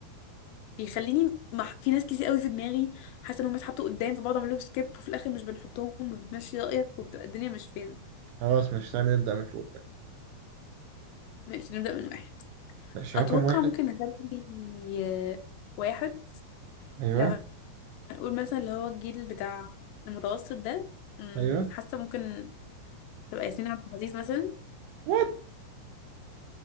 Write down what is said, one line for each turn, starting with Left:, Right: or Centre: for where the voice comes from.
Left: بيخليني مح... في ناس كتير قوي في دماغي حاسة انهم اتحطوا قدام فبقعد اعمل لهم سكيب وفي الاخر مش بنحطهم وبتمشي رأيك وبتبقى الدنيا مش فايرة
Right: خلاص مش تعالى نبدا من فوق بقى.
Left: ماشي نبدأ من واحد
Right: ماشي
Left: اتوقع
Right: رقم واحد
Left: ممكن نخلي آه، واحد
Right: ايوه
Left: لو هنقول مثلا اللي هو الجيل بتاع المتوسط ده مم،
Right: ايوه
Left: حاسة ممكن تبقى ياسمين عبد العزيز مثلا
Right: وات